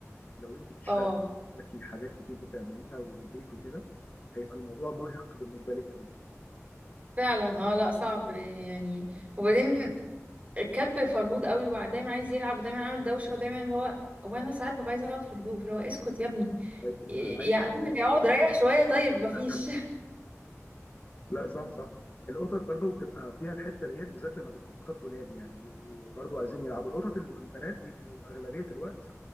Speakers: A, on the left; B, on the right.
A: فلو انت بتشتغلي
B: اه
A: وراكي حاجات كتير بتعمليها وبيت وكده هيبقى الموضوع مرهق بالنسبه لك قوي
B: فعلا اه لا صعب يعني وبعدين الكلب فرهود قوي ودايما عايز يلعب ودايما عامل دوشه ودايما اللي هو وانا ساعات ببقى عايزه اقعد في هدوء فاللي هو اسكت يا ابني
A: <laughs>
B: ي-
A: عايزه
B: يا عم
A: تنام
B: اقعد ريح شويه طيب مفيش
A: <laughs> لا
B: <laughs>
A: صح
B: مم.
A: صح القطط برضو بتبقى فيها الحته ديت بالذات لما بتكون قطط ولاد يعني بيبقوا برضو عايزين يلعبوا القطط ال- البنات بيبقوا اغلبيه الوقت